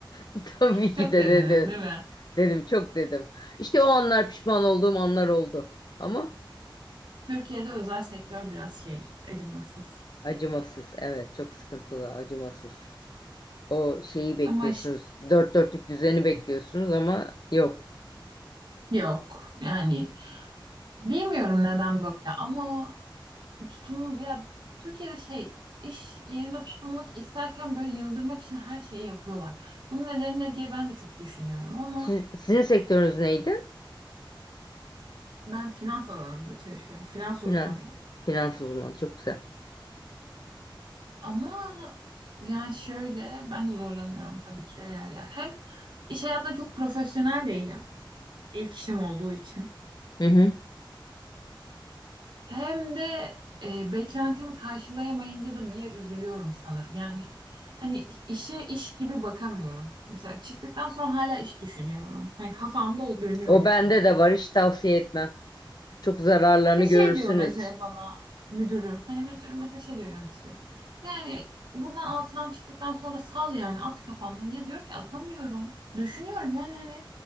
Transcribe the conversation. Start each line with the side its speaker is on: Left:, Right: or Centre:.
Left: <laughs> Tabii
Right: Çok
Left: ki de
Right: dediniz
Left: dedin.
Right: değil mi?
Left: Dedim çok dedim. İşte o anlar pişman olduğum anlar oldu. Ama
Right: Türkiye'de özel sektör biraz şey acımasız.
Left: acımasız. Evet çok sıkıntılı acımasız. O şeyi bekliyorsunuz.
Right: Ama işte
Left: Dört dörtlük düzeni bekliyorsunuz ama yok.
Right: yok. Yani bilmiyorum neden böyle ama tutum ya Türkiye'de şey iş yerine tutunmak isterken böyle yıldırmak için her şeyi yapıyorlar. Bunun nedeni ne diye ben de çok düşünüyorum ama
Left: Siz- sizin sektörünüz neydi?
Right: ben finans alanında çalışıyorum. Finans
Left: Finan.
Right: uzmanıyım.
Left: Finans uzmanı. Çok güzel.
Right: Ama yani şöyle ben de zorlanıyorum tabii ki de yer yer. Hem iş hayatında çok profesyonel değilim. İlk işim olduğu için.
Left: Hı hı.
Right: Hem de e, beklentimi karşılayamayınca da bir yer üzülüyorum sanırım. Yani hani işe iş gibi bakamıyorum. Mesela çıktıktan sonra hala iş düşünüyorum. Hani kafamda o dönüyor
Left: O
Right: yani
Left: bende
Right: benim.
Left: de var. Hiç tavsiye etmem. Çok zararlarını
Right: Ve şey
Left: görürsünüz.
Right: diyor mesela bana müdürüm. Hani müdürüm mesela şey diyor yöneticim. Yani buradan altıdan çıktıktan sonra sal yani at kafandan. Ya diyor ki atamıyorum. Düşünüyorum yani hani